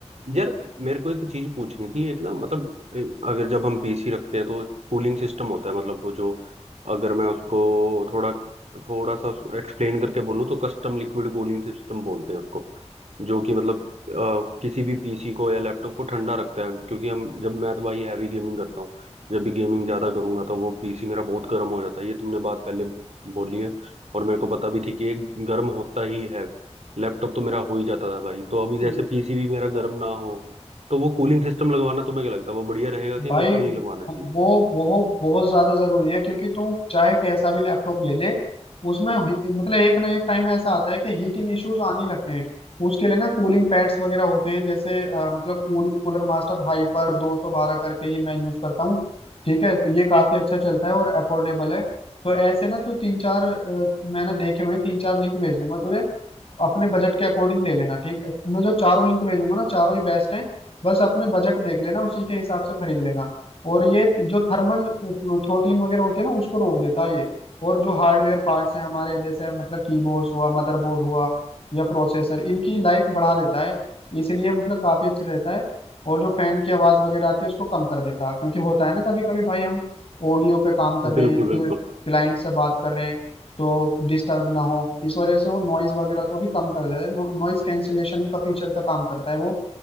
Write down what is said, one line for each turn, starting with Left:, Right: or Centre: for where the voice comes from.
Right: यार मेरे को एक चीज पूछनी थी एक ना मतलब अ, अगर जब हम पीसी रखते हैं तो कूलिंग सिस्टम होता है मतलब वो जो अगर मैं उसको थोड़ा थोड़ा सा एक्सप्लेन करके बोलूँ तो कस्टम लिक्विड कूलिंग सिस्टम बोलते हैं उसको जो कि मतलब अ, किसी भी पीसी को या लैपटॉप को ठंडा रखता है क्योंकि हम जब मैं तो भाई हैवी गेमिंग करता हूँ जब भी गेमिंग ज्यादा करूंगा तो वो पीसी मेरा बहुत गर्म हो जाता है ये तुमने बात पहले बोली है और मेरे को पता भी थी कि ये गर्म होता ही है लैपटॉप तो मेरा हो ही जाता था भाई तो अभी
Left: ले
Right: जैसे पीसी भी मेरा गर्म ना हो तो वो कूलिंग सिस्टम लगवाना तुम्हें क्या लगता है वो बढ़िया रहेगा कि
Left: भाई
Right: मेरे को नहीं लगवाना चाहिए
Left: वो वो बहुत ज्यादा जरूरी है क्योंकि तू चाहे कैसा भी लैपटॉप ले ले उसमें ही- मतलब एक ना एक टाइम ऐसा आता है कि हीटिंग इश्यूज आने लगते हैं उसके लिए ना कूलिंग पैड्स वगैरह होते हैं जैसे अ, मतलब कूल कूलर मास्टर हाइपर 212 करके ये मैं यूज करता हूँ ठीक है तो ये काफी अच्छा चलता है और अफोर्डेबल है तो ऐसे ना तू तीन चार अ, मैंने देखे हुए हैं, तीन चार लिंक भेज दूंगा तुझे अपने बजट के अकॉर्डिंग ले लेना ठीक है मैं जो चारों लिंक भेजूंगा ना चारों ही बेस्ट हैं बस अपने बजट देख लेना उसी के हिसाब से खरीद लेना और ये जो थर्मल थ्रोटलिंग वगैरह होती है ना उसको रोक देता है ये और जो हार्डवेयर पार्ट्स हैं हमारे जैसे मतलब कीबोर्ड्स हुआ मदरबोर्ड हुआ या प्रोसेसर इनकी लाइफ बढ़ा देता है इसलिए मतलब काफी अच्छा रहता है और जो फैन की आवाज वगैरह आती है उसको कम कर देता है क्योंकि होता है ना कभी कभी भाई हम ऑडियो पे काम कर रहे
Right: बिल्कुल
Left: हैं या फिर
Right: बिल्कुल
Left: क्लाइंट से बात कर रहे हैं तो डिस्टर्ब ना हो इस वजह से वो नॉइज वगैरह को भी कम कर देता है नॉइज कैंसिलेशन का फीचर का काम करता है वो